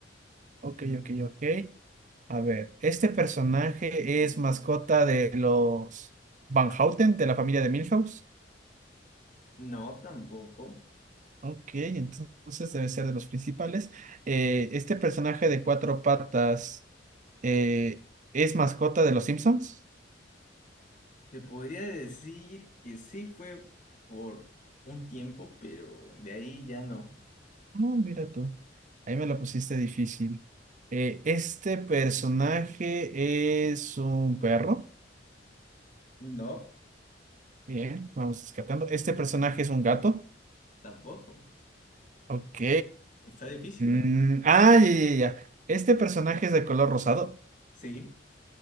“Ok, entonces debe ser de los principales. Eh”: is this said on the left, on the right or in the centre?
Right